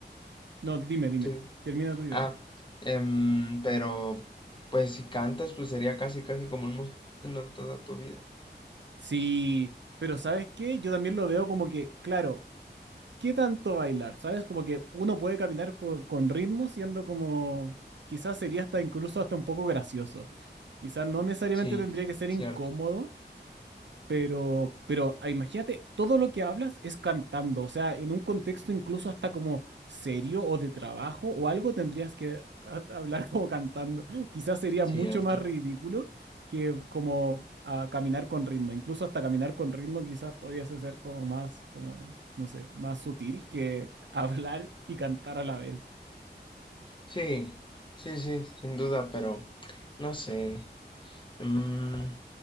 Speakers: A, on the right (about 85°); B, on the left (about 25°).
A: No, dime, dime.
B: tú
A: Termina tu idea.
B: Ah, em, pero pues si cantas, pues sería casi casi como un músico toda tu vida.
A: Sí, pero ¿sabes qué? Yo también lo veo como que, claro, ¿qué tanto bailar? ¿Sabes? Como que uno puede caminar co- con ritmo siendo como, quizás sería hasta incluso hasta un poco gracioso. Quizás no necesariamente
B: Sí,
A: tendría que ser
B: Cierto.
A: incómodo, Pero, pero ah, imagínate, todo lo que hablas es cantando, o sea, en un contexto incluso hasta como serio o de trabajo o algo tendrías que ha- hablar como cantando. <laughs> Quizás sería
B: cierto.
A: mucho más ridículo que como ah, caminar con ritmo. Incluso hasta caminar con ritmo quizás podrías ser como más, como, no sé, más sutil que <laughs> hablar y cantar a la vez.
B: Sí, sí, sí, sin duda, pero no sé. Mm,